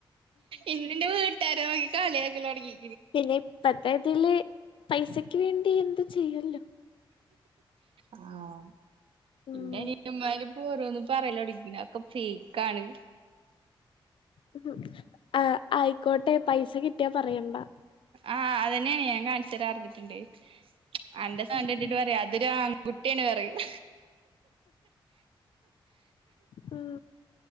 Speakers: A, on the right (about 70°); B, on the left (about 65°).
A: ഇന്നന്റെ വീട്ടാര് കള്യാക്കലൊട്ങ്ങി
B: പിന്നെ ഇപ്പത്തെ ഇതില് പൈസക്ക് വേണ്ടി എന്തും ചെയ്യല്ലോ
A: ആഹ്
B: ഉം
A: ന്റ നിയ്യമ്മാര് ഓരോന്ന് പറയലോടങ്ങി ഒക്കെ ഫേക്കാണ്
B: ഉം ആ ആയിക്കോട്ടെ പൈസ കിട്ടിയാ പറയണ്ടാ
A: ആഹ് അതന്നെണ് ഞാൻ കാണിച്ചരാ ർഞ്ഞിട്ട്ണ്ടേ അന്റെ സൗണ്ട്
B: ഉം
A: കട്ടിട്ട്
B: ഉം
A: പറയാ അതൊരു ആൺകുട്ടിയാണ് റയും
B: ആ